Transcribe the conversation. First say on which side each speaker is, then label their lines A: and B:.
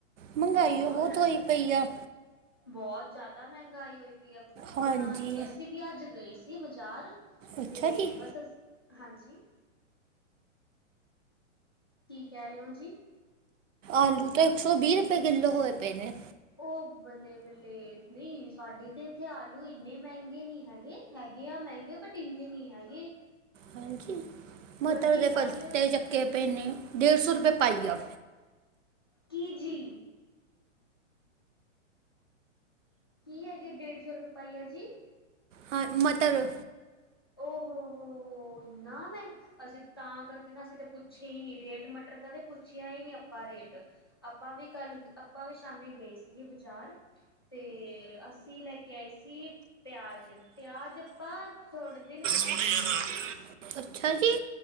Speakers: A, on the right; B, on the left.
A: ਮਹਿੰਗਾਈ
B: ਹੋਰ
A: ਉਹ ਬਹੁਤ ਹੋਈ ਪਈ ਆ।
B: ਬਹੁਤ ਜ਼ਿਆਦਾ ਮਹਿੰਗਾਈ ਹੋਈ ਪਈਆ ਪੁੱਛੋ
A: ਹਾਂਜੀ
B: ਨਾ ਜੀ ਅਸੀਂ ਵੀ ਅੱਜ ਗਏ ਸੀ ਬਾਜ਼ਾਰ
A: ਅੱਛਾ
B: ਤੇ
A: ਜੀ
B: ਬਸ ਅਸੀਂ ਹਾਂਜੀ। ਕੀ ਕਹਿ ਰਹੇ ਹੋ ਜੀ?
A: ਆਲੂ ਤਾਂ ਇੱਕ ਸੌ ਵੀਹ ਰੁਪਏ ਕਿਲੋ ਹੋਏ ਪਏ ਨੇ।
B: ਉਹ ਬੱਲੇ ਬੱਲੇ ਨਹੀਂ ਸਾਡੇ ਤੇ ਇੱਥੇ ਆਲੂ ਇੰਨੇ ਮਹਿੰਗੇ ਨਹੀਂ ਹੈਗੇ। ਹੈਗੇ ਆ ਮਹਿੰਗੇ ਬਟ ਇੰਨੇ ਨਹੀਂ ਹੈਗੇ।
A: ਹਾਂਜੀ ਮਟਰ
B: ਬਲਕਿ
A: ਦੇ
B: ਕੱਲ
A: ਫਟੇ ਚੱਕੇ ਪਏ ਨੇ ਡੇਢ ਸੌ ਰੁਪਏ ਪਾਈਆ
B: ਜੀ ਜੀ ਕੀ ਹੈਗੇ ਡੇਢ ਸੌ ਰੁਪਏ ਪਾਈ ਆ ਜੀ।
A: ਹਾਂ ਮਟਰ
B: ਹੋ- ਹੋ -ਹੋ ਇੰਨਾ ਮਹਿੰਗਾ। ਅਸੀਂ ਤਾਂ ਕਰਕੇ ਨਾ ਅਸੀਂ ਤਾਂ ਪੁੱਛੇ ਹੀ ਨਹੀਂ ਰੇਟ ਮਟਰ ਦਾ ਤੇ ਪੁੱਛਿਆ ਹੀ ਨਹੀਂ ਆਪਾਂ ਰੇਟ। ਆਪਾਂ ਵੀ ਕੱਲ, ਆਪਾਂ ਵੀ ਸ਼ਾਮੀ ਗਏ ਸੀਗੇ ਬਜ਼ਾਰ। ਤੇ ਅਸੀਂ ਲੈ ਕੇ ਆਏ ਸੀ ਪਿਆਜ, ਪਿਆਜ ਆਪਾਂ ਥੋੜੇ ਦਿਨ
A: <inaudible> ਅੱਛਾ ਜੀ।